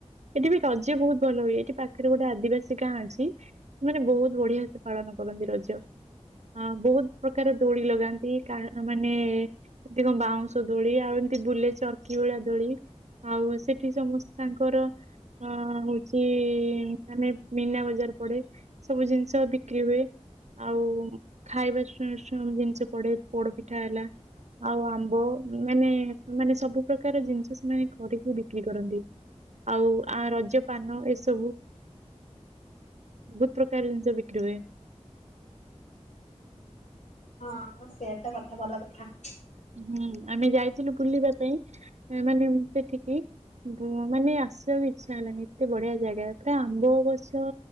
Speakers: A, on the right; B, on the left.
A: ଏଠି ବି ରଜ ବହୁତ ଭଲ ହୁଏ ଏଠି ପାଖରେ ଗୋଟେ ଆଦିବାସୀ ଗାଁ ଅଛି ସେ ମାନେ ବହୁତ ବଢିଆ ସେ ପାଳନ କରନ୍ତି ରଜ। ହଁ ବହୁତ ପ୍ରକାର ଦୋଳି ଲଗାନ୍ତି କାହା ମାନେ ଏମିତି କଣ ବାଉଁଶ ଦୋଳି ଆଉ ଏମତି ବୁଲେ ଚର୍କି ଭଳିଆ ଦୋଳି ଆଉ ସେ ଏଠି ସମସ୍ତ ତାଙ୍କର ଅ ହଉଚି ମାନେ ମୀନା ବଜାର ପଡେ ସବୁ ଜିନିଷ ବିକ୍ରି ହୁଏ ଆଉ ଖାଇବା ଶୁ ସୁଁ ଜିନିଷ ପଡେ ପୋଡପିଠା ହେଲା ଆଉ ଆମ୍ବ। ମାନେ ମାନେ ସବୁ ପ୍ରକାର ଜିନିଷ ସେମାନେ କରିକି ବିକି ବି କରନ୍ତି ଆଉ ଆ ରଜ ପାନ ଏସବୁ ବହୁତ ପ୍ରକାର ଜିନିଷ ବିକ୍ରି ହୁଏ।
B: ହଁ ସେୟା ତ କଥା ଭଲ କଥା।
A: ହୁଁ ଆମେ ଯାଇଥିଲୁ ବୁଲିବା ପାଇଁ ମାନେ ସେଠିକି ବ ମାନେ ଆସିବା ବି ଇଚ୍ଛା ହେଲାନି ଏତେ ବଢିଆ ଜାଗା ପୁରା ଆମ୍ବ ଗଛ।